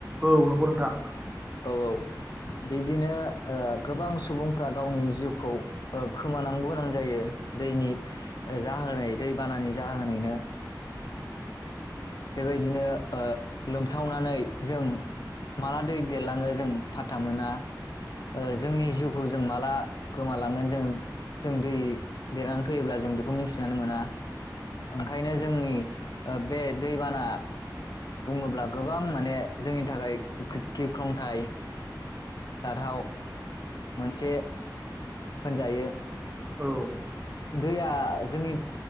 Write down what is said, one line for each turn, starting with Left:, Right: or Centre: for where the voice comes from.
Right: औ नंगौ नोंथां
Left: औ औ बिदिनो ओ गोबां सुबुंफ्रा गावनि जिउखौ ओ खोमानांगौ गोनां जायो दैनि ओ जाहोनाय दैबानानि जाहोनैनो बेबायदिनो ओ लोमसावनानै जों माला दै देरलाङो जों फाथा मोना। ओ जोंनि जिउखौ जों माला गोमालांगोन जों जों दै देरनानै फैयोब्ला जों बेखौ मिथिनानै मोना। ओंखायनो जोंनि बे दैबाना बुङोब्ला गोबां माने जोंनि थाखाय गिख्रंथाइ सारहाव मोनसे होनजायो।
Right: औ
Left: दैया जोंनि